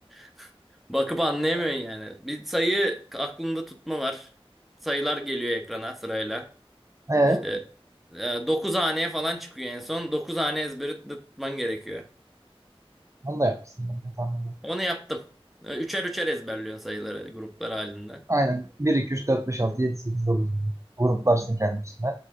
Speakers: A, in the centre; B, on the right (about 30°).
A: <laughs> Bakıp anlayamıyorsun yani. Bir sayı aklında tutma var. Sayılar geliyor ekrana sırayla.
B: Ee,
A: İşte e, 9 haneye falan çıkıyor en son. dokuz hane ezberi tutman gerekiyor.
B: onu da yapmışsın. Ben de tahmin ediyorum.
A: Onu yaptım. E, Üçer üçer ezberliyorsun sayıları gruplar halinde.
B: Aynen. Bir 2 3 4 5 6 7 8 9. Gruplarsın kendisine.